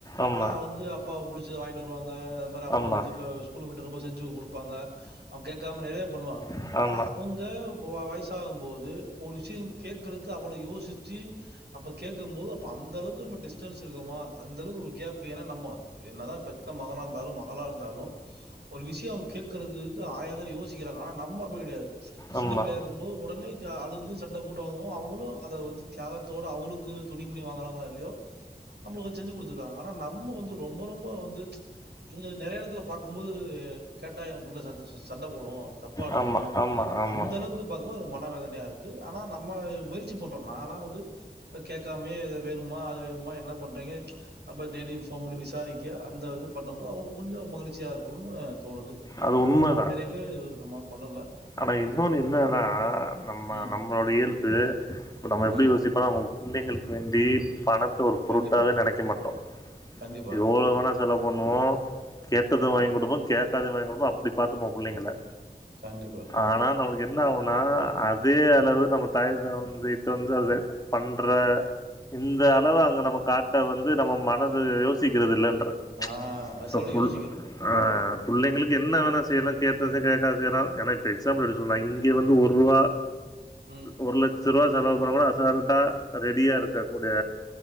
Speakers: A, on the left; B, on the right.
A: ஆமா
B: அனா வந்து அப்பா புடிச்சத வாயின்ட் வருவாங்க அது மாரி அம்மா
A: ஆமா
B: வந்து இப்ப ஸ்கூல்லுக்கு போயிட்டு வரும்போது செஞ்சு குடுப்பாங்க அவ கேக்காம நெறைய பண்ணுவா
A: ஆ
B: ஆ அவங்க வா வயசாகும் போது ஒரு விஷயங் கேக்கறக்கு அவ்ளே யோசிச்சி அப்ப கேட்கும் போது அப்ப அந்த அளவுக்கு நம்ம டிஸ்டன்ஸ் இருக்குமா அந்த அளவுக்கு ஒரு கேப் பு ஏனா நம்ம என்னதா பெத்த மகனா இருந்தாலு மகளா இருந்தாலு ஒரு விஷயோ கேக்கறதுக்கு ஆயிர தரோ யோசிக்கறாங்க அனா நம்ம அப்டி கெடையாது சின்ன
A: ஆமா
B: பிள்ளையா இம்போ உடனே க அழுது சண்ட போட்டு வாங்குவோ அவுளு அத வந்து தியாகத்தோடு அவுங்களுக்கு துணி <unintelligible> வாங்கறாங்களோ இல்லயோ நம்மளுக்கு வந்து செஞ்சி குடுத்துருக்காங்க அனா நம்ம வந்து ரொம்ப ரொம்ப வந்து <unintelligible> நெறைய எடத்துல பாக்கும் போது கேட்டா ஏ புள்ள சந் <unintelligible> சண்ட போடு தப்பா எடுத்துக்கறோ
A: ஆமா ஆமா ஆமா
B: அந்த அளவுக்கு பாக்கும் போது அது மன வேதனையா இருக்கு அனா நம்ம முயற்சி பண்றோ நா லா வந்து இப்ப கேக்கா மே எத வேணுமா அது வேணுமா என்ன பண்றீங்க அப்ப டெலி போன் பண்ணி விசாரிக்க அந்த இது பண்ண போ அவுங்க கொஞ்சோ மகிழ்ச்சியா இருக்கணுன் தோணுது
A: அது உண்மதா
B: இது நம்ம பண்ணல
A: அனா இன்னொன்னு என்னன்னா நம்ம
B: ம்,
A: நம்மளோட இயல்பு இப்ப நம்ம எப்டி
B: ம்.
A: யோசிப்போ நம்ம புள்ளைங்களுக் வேண்டி பணத்த ஒரு பொருட்டாவே
B: கண்டிப்பா,
A: நெனைக்க மாட்டோ
B: கண்டிப்பா.
A: எவ்ளே வேணா செலவு பண்ணுவோ கேட்டது
B: ம்.
A: வாங்கி குடுபோ கேக்காததையு வாங்கி குடுபோ அப்டி பாத்துப்போ புள்ளைங்கள
B: கண்டிப்பா
A: ஆனா நம்மளுக்கு என்ன ஆகுனா அதே அளவு நம்ம தாய் தந்தைட்ட வந்து அது பண்ற இந்தளவு அங்க நம்ம காட்ட வந்து நம்ம மனது யோசிக்கிறது இல்லன்றே
B: ஆ அது
A: இப்ப
B: சில
A: புள்
B: யோசிக்கிறோம்.
A: ஆ புள்ளைங்களுக்கு
B: ம்,
A: என்ன வேணா ட்டு எல்லா கேட்டது கேக்காதது எதா ஆனா இப்ப எக்ஸாம்பிள் எடுத்துக் <unintelligible> இங்க வந்து ஒருவா
B: ம்.
A: ஒரு லட் சருவா செலவு பண்ணா கூட அசல்ட்டாக ரெடியாக இருக்கக்கூடிய